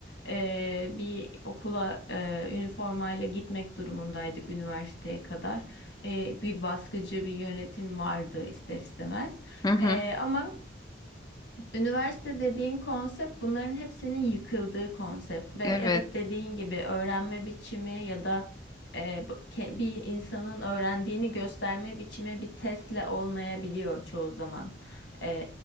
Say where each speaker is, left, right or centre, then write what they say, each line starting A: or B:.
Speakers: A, on the left; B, on the left.
A: e, bir okula e, üniformayla gitmek durumundaydık üniversiteye kadar. E, bir baskıcı bir yönetim vardı ister istemez.
B: Hı hı.
A: E, ama Üniversite dediğin konsept bunların hepsinin yıkıldığı konsept ve
B: Evet.
A: evet dediğin gibi öğrenme biçimi ya da e, bu- ke- bir insanın öğrendiğini gösterme biçimi bir testle olmayabiliyor çoğu zaman. E,